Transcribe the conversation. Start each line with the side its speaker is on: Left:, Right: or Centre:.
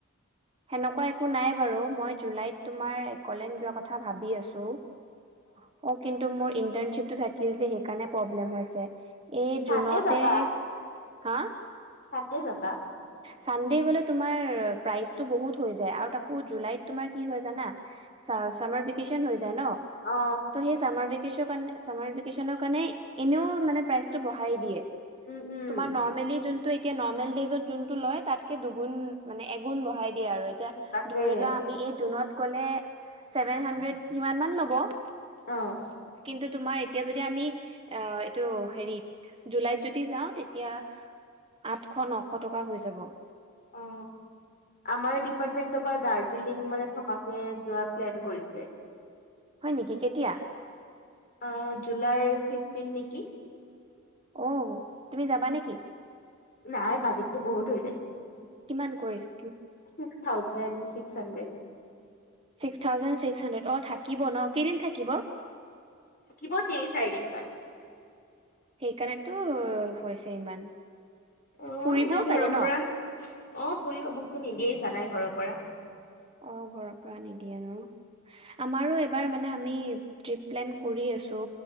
Right: সেনেকুৱা একো নাই বাৰু । মই জুলাইত তোমাৰ কলেজ যোৱাৰ কথা ভাৱি আছো । অ কিন্তু মোৰ ইণ্টাৰ্ণশিপটো থাকে যে, সেইকাৰণে প্ৰব্লেম হৈছে । এই
Left: চানডে
Right: জুনতে
Left: যাবা
Right: হা?
Left: চানডে যাবা?
Right: চানডে গলে তোমাৰ প্ৰাইচটো বহুত হৈ যায় আৰু তাকো জুলাইত তোমাৰ কি হয় জানা, চা চামাৰ ভেঁকেচন হৈ যায় । যায় ন,
Left: অ
Right: ত সেই চামাৰ ভেকেচণৰ কাৰণে চামাৰ ভেকেচনৰ কাৰণে এনেও মানে প্ৰাই টো বহাই দিয়ে।
Left: উম উম
Right: তোমাৰ নৰ্মেলী যোনটো এতিয়া নৰ্মেল ডেজত যোনটো লৈ তাতকৈ দুগুণ মানে এগুন বঢ়াই দিয়ে আৰু এতিয়া,
Left: তাকে
Right: ধৰি লোৱা আমি এই জুনত ক'লে ছেভেন হানড্ৰেড সিমান মান ল'ব ।
Left: অ ।
Right: কিন্তু, তোমাৰ এতিয়া যদি আমি অ এইটো হেৰিত জুলাইত যদি যাওঁ, ‌তেতিয়া আঠশ ন শ টকা হৈ যাব ।
Left: অ, আমাৰ ডিপাৰ্মেণ্টৰ পৰা দাৰ্জিলিং মানে থকাকে যোৱা প্লেন কৰিছে ।
Right: হয় নেকি, কেতিয়া?
Left: অ, 'জুলাইৰ ফিফটিন নেকি?
Right: অ' তুমি যাবা নেকি?
Left: নাই, বাজেটটো বহুত হৈ যায়।
Right: কিমান কৈছে
Left: six thousand six hundred
Right: six thousand hundred অ', থাকিব ন, কেইদিন থাকিব?
Left: থাকিব তিনি-চাৰিদিনমান।
Right: সেইকাৰণে ত হৈছে ইমান।
Left: অ
Right: ফুৰিবও
Left: এনেও ঘৰৰ
Right: চাগে ন?
Left: পৰা অ ফুৰিব, মোকতো নিদিয়ে জানাই ঘৰৰ পৰা।
Right: মই ঘৰৰ পৰা নিদিয়ে আৰু। আমাৰো এবাৰ মানে আমি ট্ৰিপ প্লেন কৰি আছো।